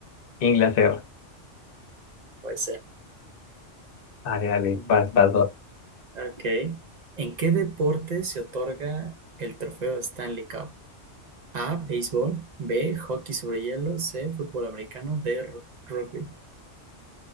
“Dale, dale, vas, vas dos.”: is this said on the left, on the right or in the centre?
Left